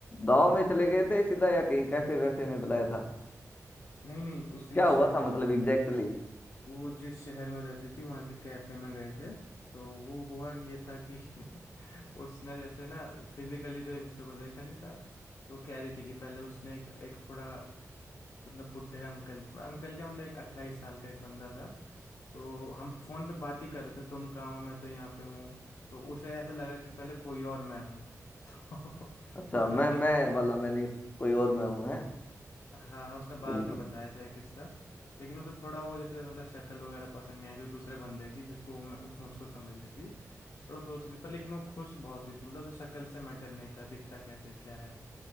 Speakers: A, on the left; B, on the left.
A: गाँव में चले गए थे सीधा या कहीं कैफे वैफे में बुलाया था
B: नहीं नहीं तो उसी
A: क्या हुआ
B: शहर
A: था मतलब एग्जैक्टली
B: वो जिस शहर में रहती थी वहाँ के कैफे में गए थे तो वो हुआ ये था कि <laughs> उसने जैसे ना फिजिकली तो एक दूसरे को देखा नहीं था तो वो कह रही थी कि पहले उसने एक, एक थोड़ा मतलब बुढ़े अंकल अंकल क्या मतलब एक अट्ठाईस साल का एक बंदा था तो हम फोन पे बात ही कर रहे थे तुम कहाँ हो मैं तो यहाँ पे हूँ तो उसे ऐसा लगा कि पहले कोई और मैं हूँ <laughs> तो
A: अच्छा
B: वो
A: मैं
B: थोड़ा दिख
A: मैं वाला मैंने कोई और मैं हूँ है
B: हाँ उसने बाद
A: बिल्कुल
B: में बताया था ये किस्सा लेकिन उसे थोड़ा वो जैसे मतलब शक्ल वगैरह पसंद नहीं आई थी दूसरे बंदे की जिसको वो मैं वो मुझको समझ रही थी पर वो सोच रही पर लेकिन वो खुश बहुत हुई थी मतलब उसे शक्ल से मैटर नहीं था दिखता कैसे क्या है